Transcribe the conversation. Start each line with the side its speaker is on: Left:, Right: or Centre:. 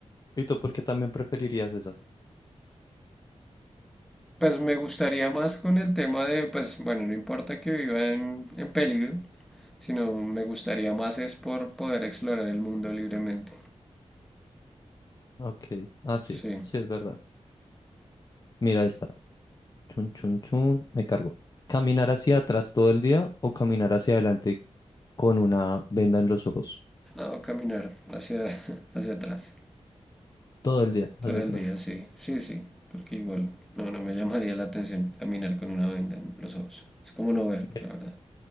Left: ¿Y tú por qué también preferirías esa?
Centre: Pues me gustaría más con el tema de, pues bueno, no importa que viva en, en peligro, sino me gustaría más es por poder explorar el mundo libremente.
Left: Ok. Ah, sí.
Centre: Sí.
Left: Sí, es verdad. Mira esta. Chun, chun, chun. Me cargo. ¿Caminar hacia atrás todo el día o caminar hacia adelante con una venda en los ojos?
Centre: No, caminar hacia, <laughs> hacia atrás
Left: Todo el día,
Centre: todo
Left: hacia
Centre: el
Left: atrás.
Centre: día, sí, sí, sí, porque igual no, no me llamaría la atención caminar con una venda en los ojos. Es como no ver,
Left: Mira.
Centre: la verdad.